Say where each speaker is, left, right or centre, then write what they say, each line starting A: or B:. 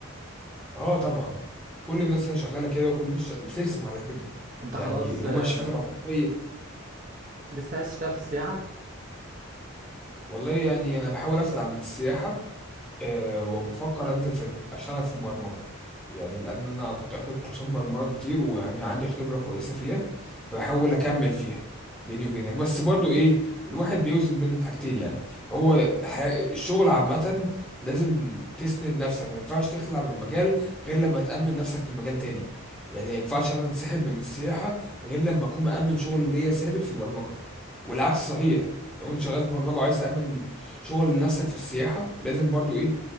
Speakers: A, in the centre; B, on the right (about 40°).
A: اه طبعا كل الناس هنا شغاله كده وكل الناس ش- بترسم على كده
B: انت
A: يعني
B: خلاص
A: اللي
B: آه،
A: هم الشيفات العموميه
B: لسه عايز تشتغل في السياحة
A: والله يعني انا بحاول اخلع من السياحه أه وبفكر انزل في الب- اشتغل في البرمجه يعني لان انا كنت اخد كورسات برمجه كتير ويعني عندي خبره كويسه فيها فبحاول اكمل فيها بيني وبينك بس برضو ايه الواحد بيوزن بين الحاجتين يعني هو حي... الشغل عامه لازم تسند نفسك ما ينفعش تخلع من مجال غير لما تأمن نفسك في مجال تاني يعني ما ينفعش انا انسحب من السياحه غير لما اكون مأمن شغل ليا ثابت في البرمجه والعكس صحيح لو انت شغال في برمجه وعايز تأمن شغل لنفسك في السياحة لازم برضو ايه,